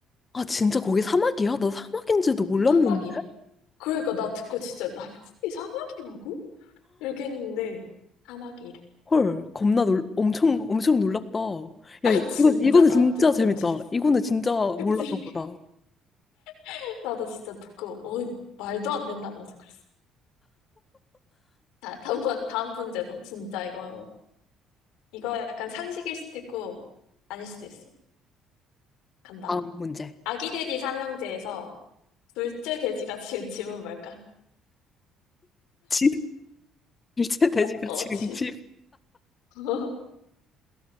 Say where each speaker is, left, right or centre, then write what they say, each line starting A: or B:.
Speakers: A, on the left; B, on the left.
A: 아, 진짜 거기 사막이야? 나 사막인지도 몰랐는데?
B: 사막이래. 그러니까 나 듣고 진짜 남극이 사막이라고? 이렇게 했는데, 사막이래.
A: 헐, 겁나 놀, 엄청, 엄청 놀랐다.
B: <laughs> 아,
A: 야, 이-
B: 진짜
A: 이거, 이거는
B: 나
A: 진짜
B: 듣고
A: 재밌다.
B: 너무 신기했어.
A: 이거는 진짜 몰랐던
B: 그치?
A: 거다.
B: <laughs> 나도 진짜 듣고, 어, 말도 안 된다면서 그랬어. 자, 다음, 문- 다음 문제도 진짜 이거, 이거 약간 상식일 수도 있고, 아닐 수도 있어. 간다.
A: 다음 문제.
B: 아기 돼지 삼형제에서 둘째 돼지가 지은 집은 뭘까?
A: 집, <laughs> 둘째 돼지가
B: 어,
A: 지금
B: 지.
A: 집.
B: <laughs>